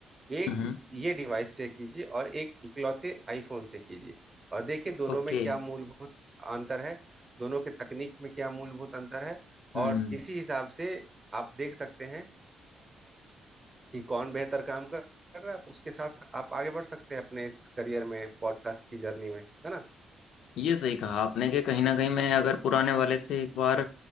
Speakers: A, on the right; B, on the left.
A: एक
B: हम्म
A: ये डिवाइस से कीजिए और एक इकलौते आईफोन से कीजिए और देखिए दोनों
B: ओके
A: में क्या
B: हम्म
A: मूलभूत अंतर है दोनों के तकनीक में क्या मूलभूत अंतर है
B: okay, हम्म,
A: और इसी हिसाब से आप देख सकते हैं अ, कि कौन बेहतर काम कर कर रहा है आप उसके साथ आप आगे बढ़ सकते हैं अपने इस करियर में पॉडकास्ट की जर्नी में है ना
B: ये सही कहा आपने कि कहीं ना कहीं मैं अगर पुराने वाले से एक बार